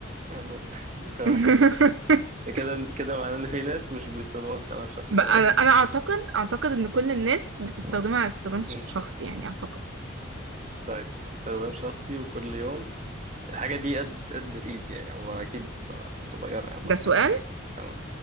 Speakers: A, on the right (about 35°); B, on the right (about 70°).
A: عندك <laughs> تمام
B: <laughs>
A: كده كده معناه ان في ناس مش بيستخدموها استعمال شخص
B: بقى
A: تمام
B: انا أنا اعتقد اعتقد ان كل الناس بتستخدمها
A: <laughs>
B: على استخدام ش-
A: مم.
B: شخصي يعني اعتقد
A: طيب استخدام شخصي وكل يوم الحاجة دي قد قد الإيد يعني هو أكيد صغيرة يعني
B: ده
A: عامة
B: سؤال
A: استعمل